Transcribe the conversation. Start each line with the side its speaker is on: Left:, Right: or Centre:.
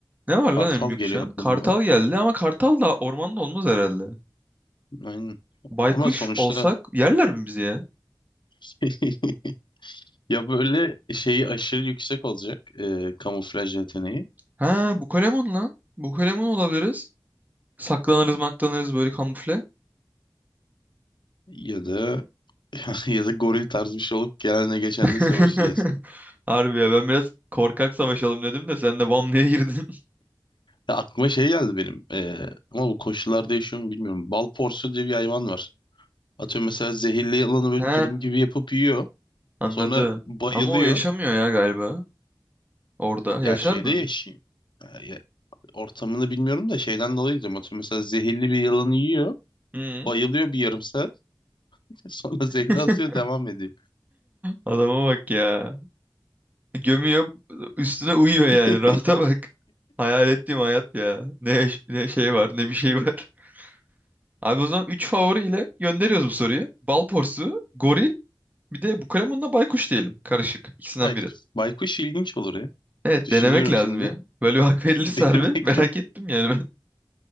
Right: Ne var
Left: Kartal
Right: lan en büyük
Left: geliyor
Right: uçan?
Left: aklıma.
Right: Kartal geldi ama kartal da ormanda olmaz herhalde.
Left: Aynen.
Right: Baykuş
Left: Ama sonuçta
Right: olsak yerler mi bizi ya?
Left: <laughs> Ya böyle şeyi aşırı yüksek olacak e, kamuflaj yeteneği
Right: Ha bu Bukalemon lan. Bukalemon olabiliriz. Saklanırız maklanırız böyle kamufle.
Left: ya da <laughs> ya da goril tarzı bir şey olup gelenle geçenle
Right: <laughs>
Left: savaşacağız.
Right: Harbi ya ben biraz korkak savaşalım dedim de sen de bam diye girdin.
Left: Ya aklıma şey geldi benim e, ama bu koşullarda yaşıyor mu bilmiyorum. Bal porsu diye bir hayvan var. Atıyorum mesela zehirli yılanı
Right: <laughs>
Left: böyle
Right: He
Left: dürüm gibi yapıp yiyor.
Right: anladım.
Left: Sonra bayılıyor.
Right: Ama o yaşamıyor ya galiba orada. Yaşar
Left: Ya şeyde
Right: mı?
Left: yaşıyor. Ya- ya ortamını bilmiyorum da şeyden dolayı diyorum. Atıyorum mesela zehirli bir yılanı yiyor.
Right: Hı.
Left: Bayılıyor bir yarım saat. <laughs> Sonra zehri
Right: <laughs>
Left: atıyor devam ediyor.
Right: Adama bak ya. Gömüyor üstüne uyuyor yani
Left: <laughs>
Right: <laughs> rahata bak. Hayal ettiğim hayat ya. Ne, yaş- ne şey var ne bir şey var. <laughs> Abi o zaman 3 favoriyle gönderiyoruz bu soruyu. Bal porsu, goril bir de bu kalemunla baykuş diyelim. Karışık. İkisinden
Left: Baykuş,
Right: biri.
Left: baykuş ilginç olur ya.
Right: Evet
Left: Düşünüyorum
Right: denemek lazım
Left: şimdi.
Right: ya. Böyle bir hak <laughs> verilirse
Left: <laughs> Denemek
Right: harbi merak ettim yani ben.